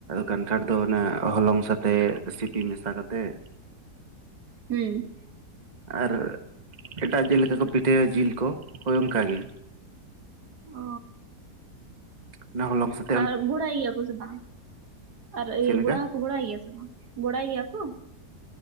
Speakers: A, on the right (about 25°); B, on the right (about 70°).
A: ᱠᱟᱱᱴᱷᱟᱲ ᱫᱚ ᱚᱱᱟ ᱦᱚᱞᱚᱝ ᱥᱟᱛᱮᱜ ᱥᱤᱯᱤ ᱢᱮᱥᱟ ᱠᱟᱛᱮᱜ
B: ᱦᱩᱸ᱾
A: ᱟᱨ ᱮᱴᱟᱜ ᱡᱮᱞᱮᱠᱟ ᱠᱚ ᱯᱤᱴᱷᱟᱹᱭᱟ ᱡᱤᱞ ᱠᱚ ᱦᱳᱭ ᱚᱱᱠᱟ ᱜᱮ᱾
B: ᱚᱻ
A: ᱱᱟ ᱚᱞᱚᱜ <unintelligible>
B: ᱟᱨ ᱵᱚᱲᱟᱭ ᱜᱮᱭᱟ ᱠᱚ ᱥᱮ ᱵᱟᱝ? ᱟᱨ
A: ᱪᱮᱫ
B: ᱤᱭᱟᱹ
A: ᱞᱮᱠᱟ
B: ᱵᱚᱲᱟ ᱦᱚᱸᱠᱚ ᱜᱷᱚᱲᱟᱭ ᱜᱮᱭᱟ ᱥᱮ ᱵᱟᱝ ᱵᱚᱲᱟᱭ ᱜᱮᱭᱟ ᱠᱚ?